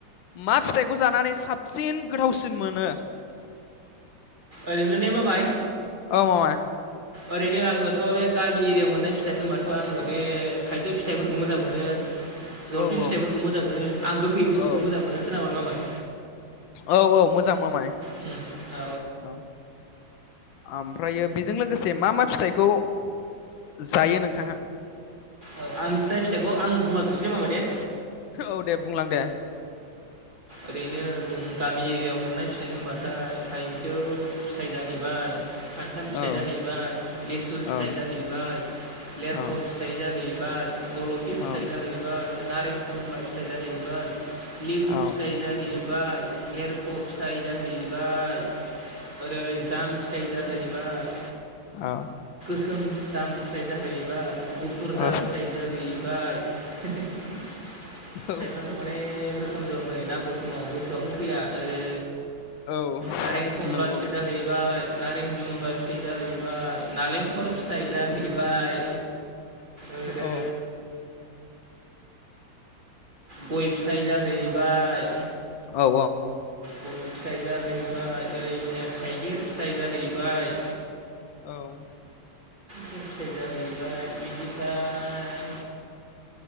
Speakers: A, on the left; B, on the right.
A: मा फिथाइखौ जानानै साबसिन गोथावसिन मोनो <inaudible>
B: ओरैनो ने मामाय
A: औ मामाय
B: ओरैनो आङोथ' बे गामि एरियायाव मोननाय फिथाइ होनबाथ' आङो बे थाय फिथाइफोरखौ मोजां मोनो। जलफि
A: औ औ
B: फिथाइफोरखौ मोजां मोनो आं गोखै बुस्थुखौ
A: औ
B: मोजां मोनो खोनाबाय मामाय।
A: औ औ मोजां मामाय
B: उम औ
A: औ ओमफ्रायो बेजों लोगोसे मा मा फिथाइखौ जायो नोंथाङा।
B: औ आं मिथिनाय फिथाइखौ आं बुंला जोबसै दे माबाय दे
A: औ दे बुंलां दे
B: ओरैनो जोंनि गामि एरियाव मोननाय फिथाइ होनबाथाय थायजौ फिथाइ जाहैबाय खान्थाल फिथाइ
A: औ
B: जाहैबाय लेसु फिथायाइ
A: औ
B: जाहैबाय लेरख'
A: औ
B: फिथाइ जाहै जलफि
A: औ
B: फिथाइ जाहैबाय नारें खमला फिथाइ जाहैबाय लिबु
A: औ
B: फिथ फिथाइ जाहैबाय लेरख' फिथाइ जाहैबाय ओरै जाम फिथाइ जाहैबाय
A: औ
B: जाम फिथाय जाहैबाय गुफुर जाम
A: औ
B: फिथायाइ जाहैबाय फिथायफोराथ'
A: औ
B: अनेक रोखोम दं नै नांगौ समाव गोसोआवनो फैया ओरै
A: औ
B: नारें खमबा
A: नंगौ
B: फिथाइ
A: औ
B: जाहैबाय नारें जुमबा फिथाइ जाहैबाय। नालेंखर फिथाइ जाहैबाय ओरै
A: औ
B: गय फिथाइ जाहैबाय
A: औ
B: गयफिथाय जाहैबाय ओरैनो थाइगिर फिथाइ जाहैबाय
A: औ
B: फिथाइ जाहैबाय बिनिफ्राय